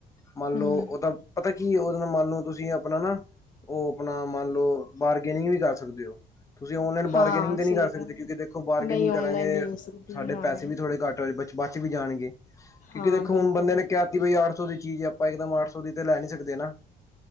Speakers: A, on the left; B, on the left.
A: ਮੰਨ
B: ਹੂੰ,
A: ਲਓ ਉਹਦਾ ਪਤਾ ਕੀ ਉਹਦੇ ਨਾਲ ਮੰਨ ਲਓ ਤੁਸੀਂ ਆਪਣਾ ਨਾ ਉਹ ਆਪਣਾ ਮੰਨ ਲਓ। ਬਾਰਗੇਨਿੰਗ ਵੀ ਕਰ ਸਕਦੇ ਹੋ। ਤੁਸੀਂ ਔਨਲਾਈਨ ਬਾਰਗੇਨਿੰਗ
B: ਹਾਂ
A: ਤੇ ਨੀ
B: ਸਹੀ
A: ਕਰ ਸਕਦੇ
B: ਗੱਲ ਹੈ।
A: ਕਿਉਂਕਿ ਦੇਖੋ ਬਾਰਗੇਨਿੰਗ
B: ਨਹੀਂ ਔਨਲਾਈਨ
A: ਕਰਾਂਗੇ
B: ਨਹੀਂ ਹੋ ਸਕਦੀ
A: ਸਾਡੇ
B: ਹਾਂ,
A: ਪੈਸੇ ਵੀ ਥੋੜੇ। ਘਟ ਹੋਏ ਬੱਚ ਵੀ ਜਾਣਗੇ ਕਿਉਂਕਿ
B: ਹਾਂ
A: ਦੇਖੋ
B: ਬਿਲਕੁਲ,
A: ਹੁਣ ਬੰਦੇ ਨੇ ਕਿਆ ਬਈ ਅੱਠ ਸੌ ਦੀ ਚੀਜ਼ ਹੈ ਆਪਾਂ ਇੱਕਦਮ ਅੱਠ ਸੌ ਦੀ ਤੇ ਲੈ ਨੀ ਸਕਦੇ ਨਾ।